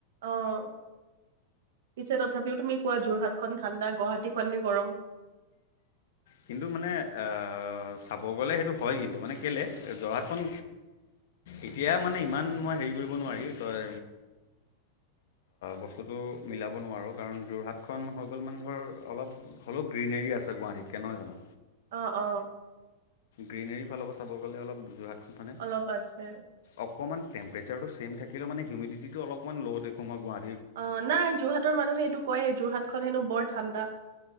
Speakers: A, on the right; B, on the left.
A: অ', পিছে তথাপিও তুমি কোৱা যোৰহাটখন ঠাণ্ডা গুৱাহাটীখনহে গৰম।
B: কিন্তু মানে অ', চাব গ'লে সেইটো হয় কিন্তু মানে কেলে যোৰহাটখন এতিয়া মানে ইমান মই হেৰি কৰিব নোৱাৰি তই বস্তুটো মিলাব নোৱাৰ কাৰণ যোৰহাটখন হৈ গ'ল মানে ধৰ অলপ হ'লেও গ্ৰীনেৰি আছে গুৱাহাটীত। কেনয় জানো।
A: অহ, অহ।
B: গ্ৰীনেৰি ফালৰ পৰা চাব গ'লে অলপ যোৰহাট মানে
A: অলপ আছে
B: অকণমান টেম্পেচাটো ছেম থাকিলেও ইউমিনেটিটো অলপমান ল' দেখো মই গুৱাহাটীত
A: অ নাই যোৰহাটৰ মানুহে সেইটো কয়েই যোৰহাটখনন হেনো বৰ ঠান্ডা